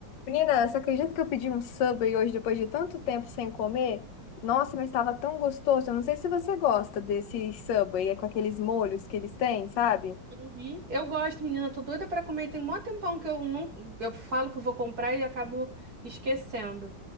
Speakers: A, on the left; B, on the right.
A: Menina, você acredita que eu pedi um Subway hoje depois de tanto tempo sem comer? Nossa, mas estava tão gostoso. Eu não sei se você gosta desse Subway, é com aqueles molhos que eles têm, sabe?
B: Uhum. Eu gosto, menina, tô doida pra comer. Tem mó tempão que eu não, eu falo que eu vou comprar e acabo esquecendo.